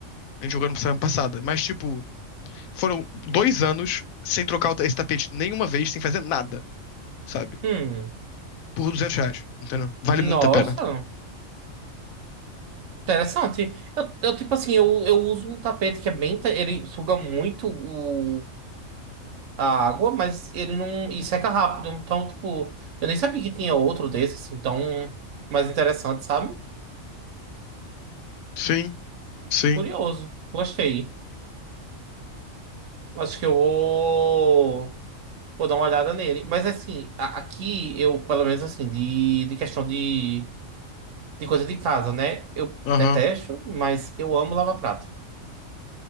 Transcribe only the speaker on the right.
Hum.
Nossa.
Interessante. Eu, eu tipo assim, eu, eu uso um tapete que é bem. te- Ele suga muito o, a água, mas ele não. E seca rápido. Então, tipo, eu nem sabia que tinha outro desses, assim, tão mais interessante, sabe?
Curioso. Gostei. Acho que eu vou. Vou dar uma olhada nele. Mas assim, a- aqui eu, pelo menos assim, de, de questão de, de coisa de casa, né? Eu
detesto, mas eu amo lava-prato.